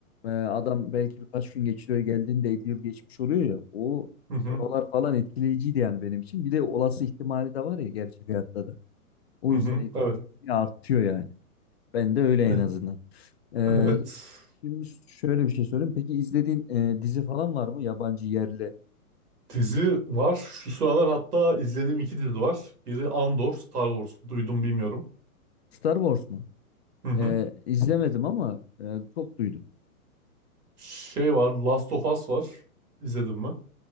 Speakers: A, on the left; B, on the right.
A: e, adam belki birkaç gün geçiriyor geldiğinde 50 yıl geçmiş oluyor ya. O
B: Hı hı.
A: oralar falan etkileyiciydi yani benim için. Bir de olası ihtimali de var ya gerçek hayatta da. O
B: Hı
A: yüzden
B: hı.
A: etkileyiciliği
B: Evet.
A: artıyor yani. Ben de öyle
B: Eh,
A: en azından. E,
B: Evet.
A: şimdi şöyle bir şey sorayım. Peki izlediğin e, dizi falan var mı? Yabancı, yerli.
B: Dizi var. Şu sıralar hatta izlediğim iki dizi var. Biri Andor, Star Wars. Duydum bilmiyorum.
A: Star Wars mu?
B: Hı hı.
A: E, izlemedim ama e, çok duydum.
B: Şey var, Last of Us var. İzledin mi?